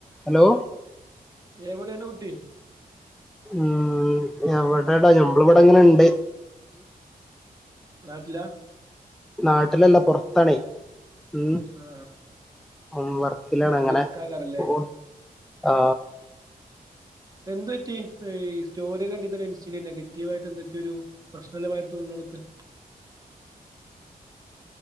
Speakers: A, in the centre; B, on the right (about 25°).
A: ഹലോ
B: എവിടെണ് കുട്ടി
A: ഹാ എവിടെടാ ഞമ്മള് ഇവ്ടങ്ങന്ണ്ട്
B: നാട്ടിലാ
A: നാട്ടിലല്ല പൊറത്താണേ മം
B: ആ
A: അം വർക്കിലാടാ അങ്ങനെ
B: വർക്കാകാറല്ലേ
A: പോണു ആ
B: എന്ത് പറ്റി ഈ സ്റ്റോറി കണ്ടതന്നെ ഇൻസ്റ്റയില് നെഗറ്റീവായിട്ട് എന്തൊക്കെ ഒരു പ്രശ്നം ഉള്ള മാതിരി തോന്നുന്ന കണക്ക്